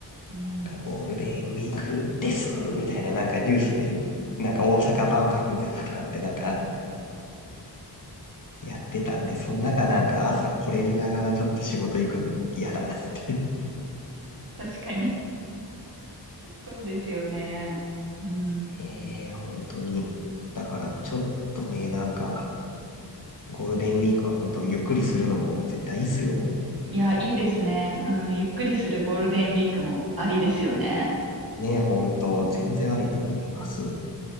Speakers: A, on the right; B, on the left.
A: うん。
B: なんかゴールデンウィークですみたいななんかニュースで、なんか大阪万博がとかってなんかやってたんで、その中なんか朝これ見ながらちょっと仕事行くの嫌だなって
A: <laughs> 確かに。そうですよね。うん。
B: ええ本当に。だから、ちょっとね、なんか、ゴールデンウィークは本当、ゆっくりするのも絶対いいっすよ、も
A: いや、いいですね。うん。ゆっくりするゴールデンウィークもありですよね。
B: う。ねえ、本当、全然ありと思います。